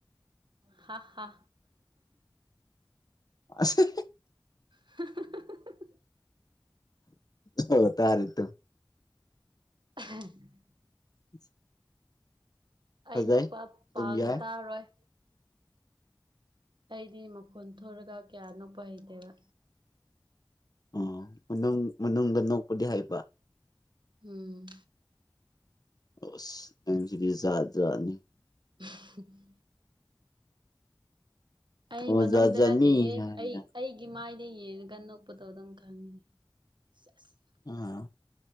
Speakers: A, on the right; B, on the left.
A: ꯍꯥ ꯍꯥ
B: ꯑꯁ
A: <unintelligible>
B: ꯍꯨꯝ ꯇꯥꯔꯦꯇꯣ
A: <unintelligible>
B: <inaudible>
A: ꯑꯩ
B: ꯐꯖꯩ
A: ꯅꯣꯛꯄꯥꯞ
B: ꯑꯗꯨꯝ
A: ꯄꯥꯡ
B: ꯌꯥꯏ
A: ꯇꯥꯔꯣꯏ ꯑꯩꯗꯤ ꯃꯈꯣꯟ ꯊꯣꯔꯒ ꯀ꯭ꯌꯥ ꯅꯣꯛꯄ ꯍꯩꯇꯦꯕ
B: ꯎꯝ ꯃꯅꯨꯡ ꯃꯅꯨꯡꯗ ꯅꯣꯛꯄꯗꯤ ꯍꯩꯕ
A: ꯎꯝ
B: ꯑꯣꯁ ꯅꯪꯁꯤꯗꯤ ꯖꯥꯠ ꯖꯥꯠꯅꯤ
A: <unintelligible> ꯑꯩ
B: ꯑꯣ
A: ꯃꯅꯨꯡꯗ
B: ꯖꯥꯠ ꯖꯥꯠꯅꯤ
A: ꯅꯠꯇꯦꯍꯦ
B: ꯍꯥꯏꯕꯗ
A: ꯑꯩ ꯑꯩ ꯏꯃꯥꯏꯗ ꯌꯦꯡꯉꯒ ꯅꯣꯛꯄꯗꯣ ꯑꯗꯨꯝ ꯈꯪꯉꯤꯅꯦ ꯁꯦꯁ
B: ꯑ